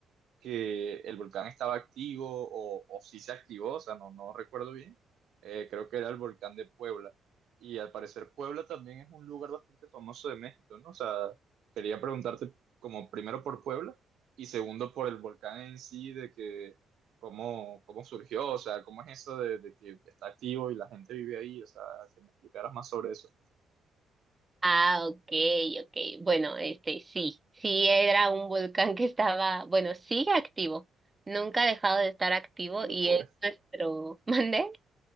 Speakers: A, on the right; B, on the right.
A: que el volcán estaba activo o, o si se activó, o sea, no, no recuerdo bien. Eh, creo que era el volcán de Puebla. Y al parecer Puebla también es un lugar bastante famoso de México, ¿no? O sea, quería preguntarte como primero por Puebla y segundo por el volcán en sí, de que cómo, cómo surgió, o sea, cómo es eso de, de que está activo y la gente vive ahí, o sea, que me explicaras más sobre eso.
B: Ah, ok, ok. Bueno, este sí, sí era un volcán que estaba, bueno, sigue activo. Nunca ha dejado de estar activo
A: Qué locura,
B: y es nuestro, <laughs> ¿mandé?